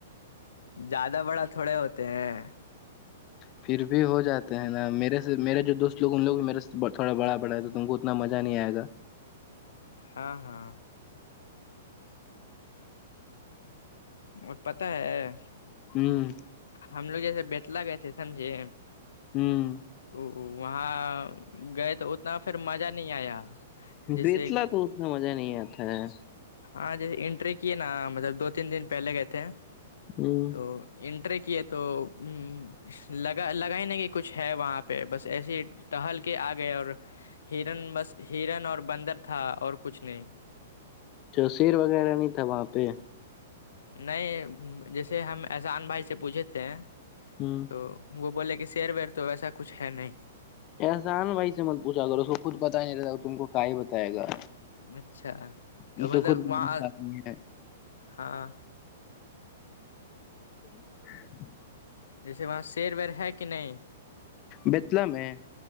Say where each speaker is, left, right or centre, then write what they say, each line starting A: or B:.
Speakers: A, on the left (about 80°); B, on the left (about 35°).
A: زیادہ بڑا تھوڑے ہوتے ہیں
B: پھر بھی ہو جاتے ہیں نا میرے سے میرے جو دوست لگ لوگ میرے سے تھوڑا بڑا بڑا ہے تو تم کو اتنا مزہ نہیں آئےا
A: ہاں ہاں اور پتا ہے
B: ہوں
A: ہم لوگ جیسے بیٹ لگائیں تھے سمجھے
B: ہمم
A: تو وہاں گئے تو اتنا پھر مزہ نہیں آیا جیسے
B: بیتلا تو اتنا مزہ نہیں آتا ہے
A: ہاں جیسے انٹری کیے نا مطلب دو تین دن پہلے گئے تھے
B: ہمم
A: تو انٹرے کیے تو ہ لگا لگ ہی نہیں کہ کچھ ہے وہاں پہ بس ایسے ہی ٹہل کے آگئے اور ہرن بس ہرن اور بندر تھا اور کچھ نہیں
B: جو شیر وغیرہ نہیں تھا وہاں پہ
A: نہیں جیسے ہم احسان بھائی سے پوچھے تھے
B: ہمم
A: تو وہ بولے کہ شیر ویر تو ویسا کچھ ہے نہیں
B: احسان بھائی سے مت پوچھا اگر اس کو خود بتا ہی نہیں رہتا تو تم کو کا ہی بتائے گا
A: اچھا
B: یہ
A: مطلب
B: تو خود م
A: وہاں
B: خمی ہے
A: ہاں
B: <unintelligible>
A: جیسے وہاں شیر ویر ہے کہ نہیں
B: بیتلا میں